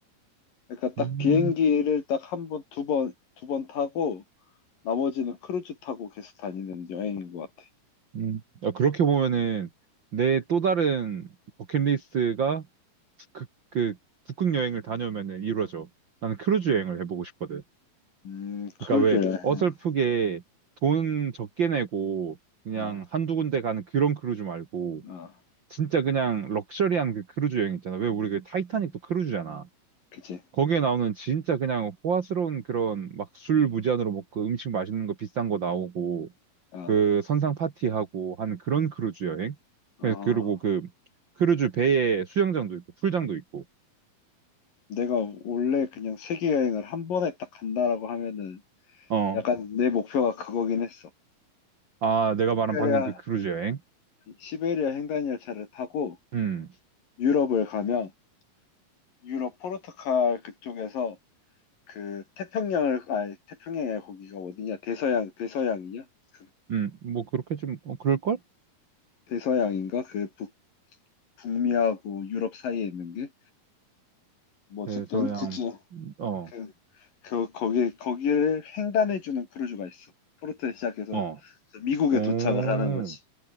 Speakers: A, on the left; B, on the right.
A: 그러니까 딱
B: 음,
A: 비행기를 딱 한 번, 두 번, 두 번 타고 나머지는 크루즈 타고 계속 다니는 여행인 것 같아.
B: 음. 야, 그렇게 보면은 내 또 다른 버킷리스트가 그, 그 북극 여행을 다녀오면은 이루어져. 나는 크루즈 여행을 해보고 싶거든.
A: 음, 크루즈
B: 그러니까 왜
A: 여행.
B: 어설프게 돈 적게 내고 그냥
A: 아,
B: 한두 군데 가는 그런 크루즈 말고
A: 아,
B: 진짜 그냥 럭셔리한 그 크루즈 여행 있잖아. 왜 우리 그 타이타닉도
A: 음,
B: 크루즈잖아.
A: 그치?
B: 거기에 나오는 진짜 그냥 호화스러운 그런 막 술 무제한으로 먹고 음식 맛있는 거 비싼 거 나오고
A: 아,
B: 그 선상 파티하고 하는 그런 크루즈 여행.
A: 아.
B: 그- 그리고 그 크루즈 배에 수영장도 있고 풀장도 있고.
A: 내가 원래 그냥 세계 여행을 한 번에 딱 간다라고 하면은
B: 어.
A: 약간 내 목표가 그거긴 했어.
B: 아, 내가
A: 시베리아,
B: 말한 방금 그 크루즈 여행.
A: 시베리아 횡단열차를 타고
B: 음.
A: 유럽을 가면 유럽 포르투갈 그쪽에서 그 태평양을, 아니 태평양이 거기가 어디냐? 대서양, 대서양이냐? 그
B: 음. 뭐 그렇게 좀 어, 그럴걸?
A: 대서양인가? 그 북, 북미하고 유럽 사이에 있는 게 뭐어쨌든
B: 대서양,
A: 그중
B: 어,
A: 그, 그 거기 거기를 횡단해주는 크루즈가 있어. 포르투에 시작해서
B: 어,
A: 미국에
B: 오,
A: 도착을 하는 거지.